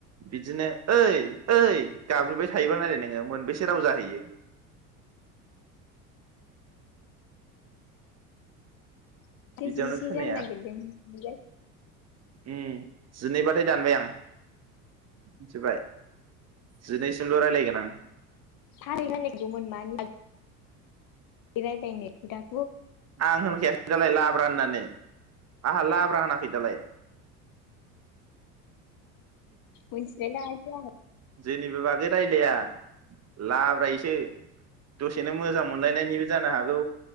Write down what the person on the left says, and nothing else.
<unintelligible>
<unintelligible>
<inaudible> बे रायलायनायखौ दान।
मोनथिलाय लाङा किया हे